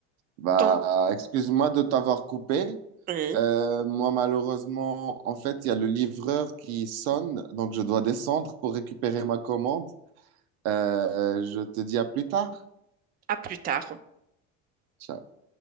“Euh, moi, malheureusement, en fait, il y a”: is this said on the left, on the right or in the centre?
Right